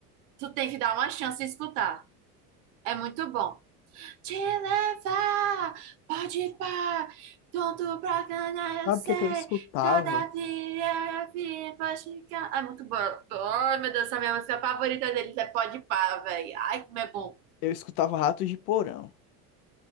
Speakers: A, on the right (about 70°); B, on the left (about 70°).
A: tu tem que dar uma chance e escutar. É muito bom. Te levar, pode pá, tudo pra ganhar,
B: Sabe
A: eu sei.
B: o que é que eu escutava?
A: Toda vida eu vi, pode ficar. Ai, muito bom. Ai, meu Deus, essa é a minha música favorita deles é Pode pá, velho. Ai, como é bom.
B: Eu escutava Ratos de Porão.